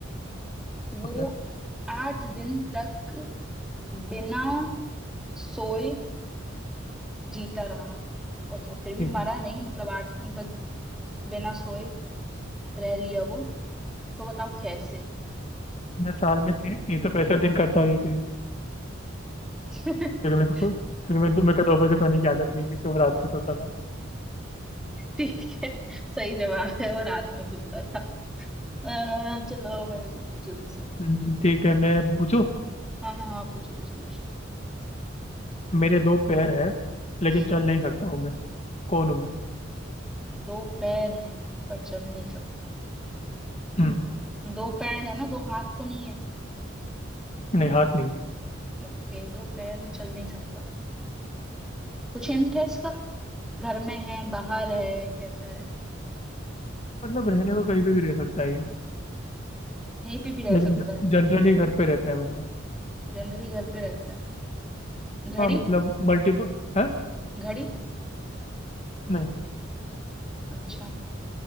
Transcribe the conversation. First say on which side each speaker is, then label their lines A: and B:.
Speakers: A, in the centre; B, on the left.
A: वो
B: ओके
A: आठ दिन तक बिना सोए जीता रहा वो तो फिर भी
B: ठीक
A: मरा
B: है
A: नहीं मतलब आठ दिन तक बिना सोए रह लिया वो तो बताओ कैसे
B: मैं साल में ती, तीन सौ पैंसठ दिन करता हूँ ये चीज़
A: <laughs>
B: क्योंकि मेरे को सो क्योंकि मैं मेरे को दोपहर को सोने की आदत नहीं है, क्योंकि मैं रात को सोता था
A: ठीक है सही जवाब है और रात में सोता था अ, चलो मेरे से पूछो दूसरा
B: हम्म, ठीक है मैं पूछूं
A: हाँ हाँ हाँ पूछो पूछो पूछो
B: मेरे दो पैर हैं लेकिन
A: हम्म
B: चल नहीं सकता हूँ मैं कौन हूँ मैं
A: दो पैर हैं पर चल नहीं सकता
B: हम्म,
A: दो पैर है ना दो हाथ तो नहीं है
B: नहीं हाथ नहीं है
A: ओके दो पैर है चल नहीं सकता कुछ हिंट है इसका घर में है बाहर है कैसा है
B: मतलब रहने को कहीं पे भी रह सकता है ये
A: कहीं पे भी रह
B: लेकिन
A: सकता है
B: जनरली घर पे रहता है मतलब
A: जनरली घर पे रहता है घड़ी
B: हाँ मतलब मल्टीपल है
A: घड़ी
B: नहीं
A: अच्छा